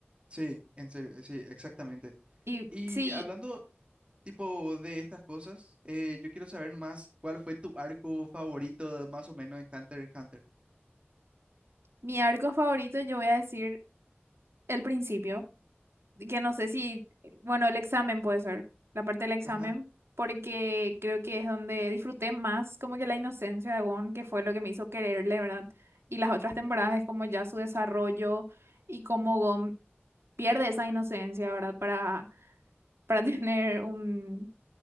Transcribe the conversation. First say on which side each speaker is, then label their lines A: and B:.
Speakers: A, on the right; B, on the right.
A: sí, en serio, sí, exactamente.
B: Y
A: Y
B: sí,
A: hablando tipo de estas cosas, eh, yo quiero saber más cuál fue tu arco favorito más o menos en Hunter x Hunter.
B: mi arco favorito yo voy a decir el principio. que no sé si, bueno, el examen puede ser, la parte del examen,
A: Ajá,
B: porque creo que es donde disfruté más como que la inocencia de Gon, que fue lo que me hizo quererle, ¿verdad? Y las otras temporadas es como ya su desarrollo y cómo Gon pierde esa inocencia, ¿verdad? Para, para <laughs> tener un,